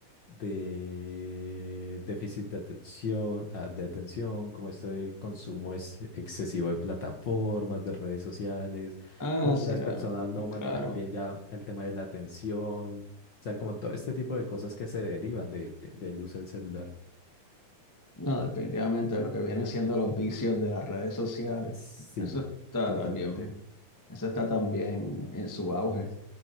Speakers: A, on the left; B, on the left.
A: de déficit de atención, ah, de atención, como esto de consumo es excesivo de plataformas, de redes sociales,
B: Ah,
A: como
B: sí,
A: que las
B: la-
A: personas no manejan
B: claro.
A: bien ya el tema de la atención, o sea, como todo este tipo de cosas que se derivan de, del uso del celular.
B: No, definitivamente lo que viene siendo los vicios de las redes sociales.
A: Sí,
B: Eso está
A: totalmente.
B: también, eso está también en su auge.